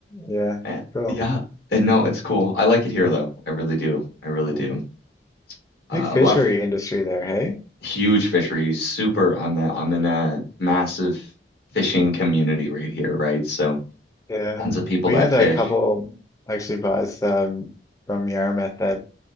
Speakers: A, on the left; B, on the left.
A: Yeah,
B: Eh,
A: cool.
B: Yeah, and no, it's cool. I like it here though. I really do. I really
A: Yeah.
B: do. Uh,
A: Big fishery
B: a lot of
A: industry there, hey?
B: huge fisheries. super. I'm a, I'm in a massive fishing community right here, right? So
A: Yeah,
B: tons of people
A: we
B: that
A: had
B: fish.
A: a couple actually buys um, from Yarmouth that